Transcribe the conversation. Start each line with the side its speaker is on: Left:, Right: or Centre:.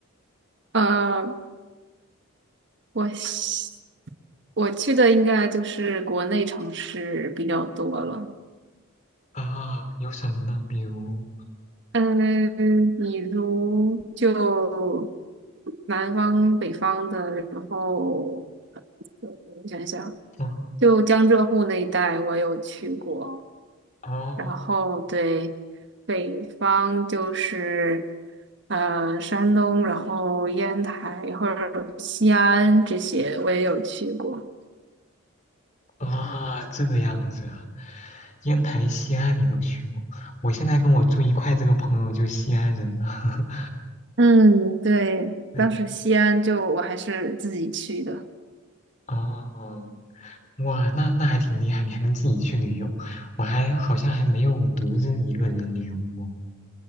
Right: 呃，我西我去的应该就是国内城市比较多了。
Left: 啊，有什么呢？比如，
Right: 嗯，比如就南方、北方的，然后。呃我想想。
Left: 哦
Right: 就江浙沪那一带我有去过，
Left: 哦。
Right: 然后对北方就是呃山东，然后烟台或者西安这些我也有去过。
Left: 啊，这个样子啊，烟台、西安你都去过？我现在跟我住一块这个朋友就西安人呢。<laughs>
Right: 嗯，对，
Left: 对，
Right: 当时西安就我还是自己去的。
Left: 哦，哇，那那还挺厉害，你还能自己去旅游，我还好像还没有独自一个人旅游过，